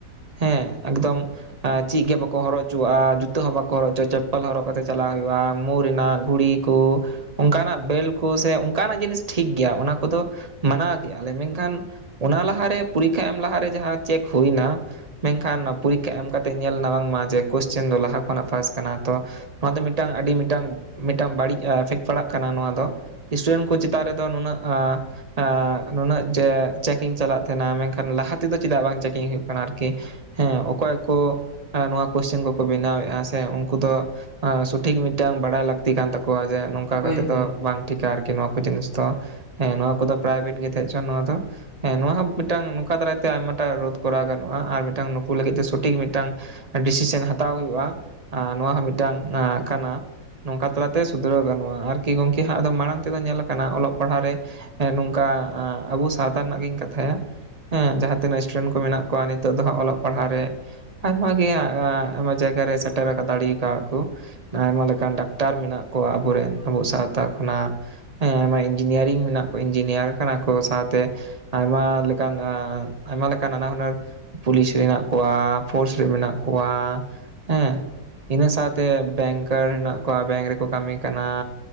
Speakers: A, on the right; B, on the right.
A: ᱦᱮᱸ ᱮᱠᱫᱚᱢ ᱮ ᱪᱮᱫᱜ ᱜᱮ ᱵᱟᱠᱚ ᱦᱚᱨᱚ ᱦᱚᱪᱚᱣᱟᱜᱼᱟ ᱡᱩᱛᱟᱹ ᱦᱚᱸ ᱵᱟᱠᱚ ᱦᱚᱨᱚᱜ ᱦᱚᱪᱚᱣᱟᱜ ᱪᱟᱯᱯᱟᱞ ᱦᱚᱨᱚᱜ ᱠᱟᱛᱮ ᱪᱟᱞᱟᱜ ᱦᱩᱭᱩᱜᱼᱟ ᱢᱩ ᱨᱮᱱᱟᱜ ᱜᱷᱩᱲᱤ ᱠᱚ, ᱚᱱᱠᱟᱱᱟᱜ ᱵᱮᱞ ᱠᱚ ᱥᱮ ᱚᱱᱠᱟᱱᱟᱜ ᱡᱤᱱᱤᱥ ᱴᱷᱤᱠ ᱜᱮᱭᱟ ᱚᱱᱟ ᱠᱚᱫᱚ ᱢᱟᱱᱟᱣ ᱠᱮᱜᱼᱟ ᱞᱮ ᱢᱮᱱᱠᱷᱟᱱ ᱚᱱᱟ ᱞᱟᱦᱟᱨᱮ ᱯᱚᱨᱤᱠᱠᱷᱟ ᱮᱢ ᱞᱟᱦᱟᱨᱮ ᱡᱟᱦᱟᱸ ᱪᱮᱠ ᱦᱩᱭᱱᱟ, ᱢᱮᱱᱠᱷᱟᱱ ᱱᱚᱣᱟ ᱯᱚᱨᱤᱠᱠᱷᱟ ᱮᱢ ᱠᱟᱛᱮᱫ ᱧᱮᱞᱱᱟ ᱵᱟᱝᱢᱟ ᱡᱮ ᱠᱚᱥᱪᱮᱱ ᱫᱚ ᱞᱟᱦᱟ ᱠᱷᱚᱱᱟᱜ ᱯᱷᱟᱥᱴ ᱠᱟᱱᱟ ᱛᱚ ᱱᱚᱣᱟ ᱫᱚ ᱢᱤᱫᱴᱟᱝ ᱟᱹᱰᱤ ᱢᱤᱫᱴᱟᱝ ᱢᱤᱫᱴᱟᱝ ᱵᱟᱹᱲᱤᱡ ᱮᱯᱷᱮᱠᱴ ᱯᱟᱲᱟᱜ ᱠᱟᱱᱟ ᱱᱚᱣᱟ ᱫᱚ᱾ ᱥᱴᱩᱰᱮᱱᱴ ᱠᱚ ᱪᱮᱛᱟᱱ ᱨᱮᱫᱚ ᱱᱩᱱᱟᱹᱜ ᱮ ᱱᱩᱱᱟᱹᱜ ᱡᱮ ᱪᱮᱠᱤᱝ ᱪᱟᱞᱟᱜ ᱛᱟᱦᱮᱱᱟ ᱢᱮᱱᱠᱷᱟᱱ ᱞᱟᱦᱟ ᱛᱮᱫᱚ ᱪᱮᱫᱟᱜ ᱵᱟᱝ ᱪᱮᱠᱤᱝ ᱦᱩᱭᱩᱜ ᱠᱟᱱᱟ ᱟᱨᱠᱤ, ᱦᱮᱸ ᱚᱠᱚᱭ ᱠᱚ ᱱᱚᱣᱟ ᱠᱚᱥᱪᱮᱱ ᱠᱚᱠᱚ ᱵᱮᱱᱟᱣᱮᱫᱼᱟ ᱥᱮ ᱩᱱᱠᱩ ᱫᱚ ᱥᱚᱴᱷᱤᱠ ᱢᱤᱫᱴᱟᱝ ᱵᱟᱲᱟᱭ ᱞᱟᱹᱠᱛᱤ ᱠᱟᱱ ᱛᱟᱠᱚᱣᱟ ᱡᱮ ᱱᱚᱝᱠᱟ
B: ᱦᱳᱭ
A: ᱠᱟᱛᱮᱜ
B: ᱦᱳᱭ
A: ᱫᱚ
B: ᱦᱳᱭ
A: ᱵᱟᱝ ᱴᱷᱤᱠᱟ ᱟᱨᱠᱤ ᱱᱚᱣᱟ ᱠᱚ ᱡᱤᱱᱤᱥ ᱫᱚ ᱦᱮᱸ ᱱᱚᱣᱟ ᱠᱚᱫᱚ ᱯᱨᱟᱭᱵᱷᱮᱴ ᱜᱮ ᱛᱟᱦᱮᱸ ᱪᱚᱱ ᱱᱚᱣᱟ ᱫᱚ ᱾ ᱦᱮᱸ ᱱᱚᱣᱟ ᱦᱚᱸ ᱢᱤᱫᱴᱟᱝ ᱱᱚᱝᱠᱟ ᱫᱟᱨᱟᱭᱛᱮ ᱟᱭᱢᱟᱴᱟᱜ ᱨᱳᱫ ᱠᱚᱨᱟᱣ ᱜᱟᱱᱚᱜᱼᱟ ᱟᱨ ᱢᱤᱫᱴᱟᱝ ᱱᱩᱠᱩ ᱞᱟᱹᱜᱤᱫ ᱛᱮ ᱥᱚᱴᱷᱤᱠ ᱢᱤᱫᱴᱟᱝ ᱰᱤᱥᱤᱥᱮᱱ ᱦᱟᱛᱟᱣ ᱦᱩᱭᱩᱜᱼᱟ ᱱᱚᱣᱟ ᱦᱚᱸ ᱢᱤᱫᱴᱟᱝ ᱠᱟᱱᱟ ᱱᱚᱝᱠᱟ ᱛᱟᱞᱟᱛᱮ ᱛᱮ ᱥᱩᱫᱷᱨᱣ ᱜᱟᱱᱚᱜᱼᱟ ᱟᱨᱠᱤ ᱜᱚᱝᱠᱮ ᱦᱟᱸᱜ ᱟᱫᱚ ᱢᱟᱲᱟᱝ ᱛᱮᱫᱚ ᱧᱮᱞ ᱟᱠᱟᱱᱟ ᱚᱞᱚᱜ ᱯᱟᱲᱦᱟᱜ ᱨᱮ ᱦᱮᱸ ᱱᱚᱝᱠᱟ ᱟᱵᱚ ᱥᱟᱶᱛᱟ ᱨᱮᱱᱟᱜ ᱜᱤᱧ ᱠᱟᱛᱷᱟᱭᱟ ᱾ ᱦᱮᱸ ᱡᱟᱦᱟᱸ ᱛᱤᱱᱟᱹᱜ ᱥᱴᱩᱰᱮᱱᱴ ᱠᱚ ᱢᱮᱱᱟᱜ ᱠᱚᱣᱟ ᱱᱤᱛᱚᱜ ᱫᱚ ᱦᱟᱸᱜ ᱚᱞᱚᱜ ᱯᱟᱲᱦᱟᱜ ᱨᱮᱼᱼ ᱟᱭᱢᱟ ᱜᱮ ᱟᱭᱢᱟ ᱡᱟᱭᱜᱟ ᱨᱮ ᱥᱮᱴᱮᱨ ᱟᱠᱟ ᱫᱟᱲᱮ ᱟᱠᱟᱫ ᱠᱚᱼᱼ ᱟᱭᱢᱟ ᱞᱮᱠᱟᱱ ᱰᱟᱠᱛᱟᱨ ᱢᱮᱱᱟᱜ ᱠᱚᱣᱟ ᱟᱵᱚᱨᱮᱱ ᱟᱵᱚ ᱥᱟᱶᱛᱟ ᱠᱷᱚ ᱱᱟᱜ᱾ ᱦᱮᱸ ᱟᱭᱢᱟ ᱤᱧᱡᱤᱱᱤᱭᱟᱨᱤᱝ ᱢᱮᱱᱟᱜ ᱠᱚᱣᱟ ᱤᱧᱡᱤᱱᱤᱭᱟᱨ ᱠᱟᱱᱟ ᱠᱚ ᱥᱟᱶᱛᱮᱼᱼ ᱟᱭᱢᱟ ᱞᱮᱠᱟᱱ ᱟᱭᱢᱟ ᱞᱮᱠᱟᱱ ᱱᱟᱱᱟ ᱦᱩᱱᱟᱹᱨᱼᱼ ᱯᱩᱞᱤᱥ ᱢᱮᱱᱟᱜ ᱠᱚᱣᱟ ᱯᱷᱳᱨᱥ ᱨᱮ ᱢᱮᱱᱟᱜ ᱠᱚᱣᱟ ᱦᱮᱸ, ᱤᱱᱟᱹ ᱥᱟᱶᱛᱮ ᱵᱮᱝᱠᱟᱨ ᱦᱮᱱᱟᱜ ᱠᱚᱣᱟ ᱵᱮᱝᱠ ᱨᱮᱠᱚ ᱠᱟᱹᱢᱤ ᱠᱟᱱᱟ᱾